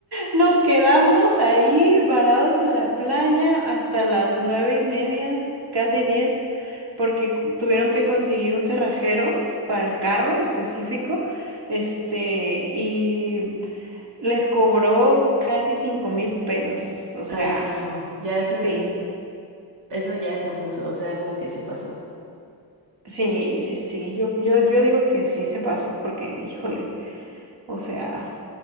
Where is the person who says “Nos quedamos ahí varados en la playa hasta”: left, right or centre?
Right